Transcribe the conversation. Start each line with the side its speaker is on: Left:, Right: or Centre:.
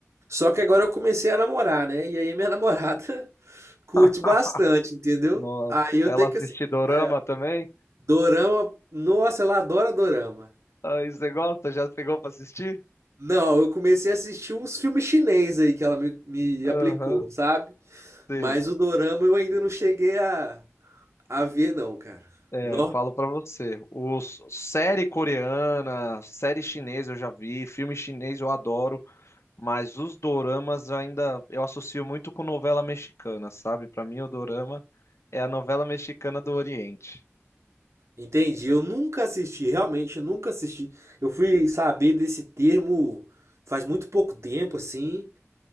Right: só que agora eu comecei a namorar, né? E aí minha namorada <laughs> curte
Left: <laughs>
Right: bastante, entendeu?
Left: Nossa.
Right: Aí eu
Left: Ela
Right: tenho
Left: assiste
Right: que assistir
Left: dorama
Right: com ela.
Left: também?
Right: Dorama, nossa, ela adora dorama.
Left: Aí você gosta? Já pegou pra assistir?
Right: Não, eu comecei a assistir uns filmes chinês aí que ela me, me
Left: Aham.
Right: aplicou, sabe?
Left: Sim.
Right: Mas o dorama eu ainda não cheguei a, a ver, não, cara.
Left: É,
Right: Nó,
Left: Eu falo pra você. Os, série coreana, série chinesa eu já vi, filme chinês eu adoro. Mas os doramas ainda eu associo muito com novela mexicana, sabe? Pra mim, o dorama é a novela mexicana do Oriente.
Right: entendi. Eu nunca assisti, realmente, eu nunca assisti. Eu fui saber desse termo faz muito pouco tempo, assim,